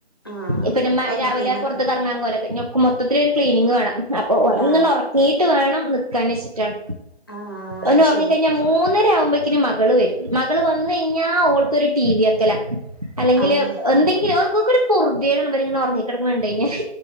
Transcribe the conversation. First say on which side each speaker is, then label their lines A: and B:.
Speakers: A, on the left (about 20°); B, on the right (about 35°).
A: ആ
B: ഇപ്പ
A: ഒക്കെ ഒന്ന്
B: രാവിലെ
A: ക്ലീൻ ആക്കണം
B: പുറത്ത് കറങ്ങാൻ പോലക്കെ ക്ക് മൊത്തത്തിലൊരു ക്ലീനിക് വേണം. അപ്പൊ ഓനന്നണ്
A: ആ
B: ഒറങ്ങി നിക്കാനിച്ചിട്ടാണ്.
A: ആ
B: ഓന്
A: അത്
B: ഉറങ്ങിക്കഴിഞ്ഞാൽ
A: ശരി
B: മൂന്നര ആവുമ്പോക്കിന് മകള് വരും മകള് വന്ന് കയിഞ്ഞാ ഓൾക്കൊരു ടി വി വെക്കലാ അല്ലെങ്കില്
A: ആഹ്
B: എന്തെങ്കിലും ഓക്കൊരു പൊറുതിയേട് ഇവരിങ്ങനെ ഉറങ്ങിക്കിടക്കണേ കണ്ട് കയിഞ്ഞാല്.